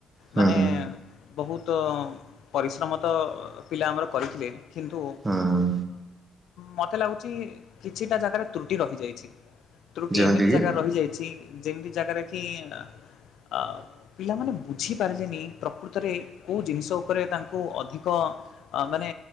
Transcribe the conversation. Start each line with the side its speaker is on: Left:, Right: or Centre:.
Right: ହୁଁ
Left: ମାନେ
Right: ହୁଁ
Left: ବହୁତ ପରିଶ୍ରମ ତ ପିଲା ଆମର କରିଥିଲେ କିନ୍ତୁ
Right: ହୁଁ
Left: ମୋତେ ଲାଗୁଛି କିଛିଟା ଜାଗାରେ ତ୍ରୁଟି ରହିଯାଇଛି। ତ୍ରୁଟି
Right: ଯେମିତି
Left: ଏମିତି
Right: କିି
Left: ଜାଗା ରହିଯାଇଛି ଯେମିତି ଜାଗାରେ କି ଆ ଅ ପିଲାମାନେ ବୁଝିପାରିଲେନି ପ୍ରକୃତରେ ଏଇ କୋଉ ଜିନିଷ ଉପରେ ତାଙ୍କୁ ଅଧିକ ଆ ମାନେ